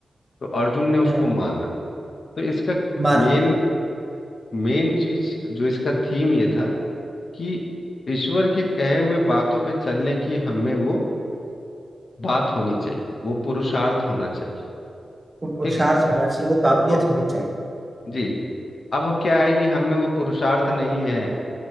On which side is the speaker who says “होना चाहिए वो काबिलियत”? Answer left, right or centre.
Right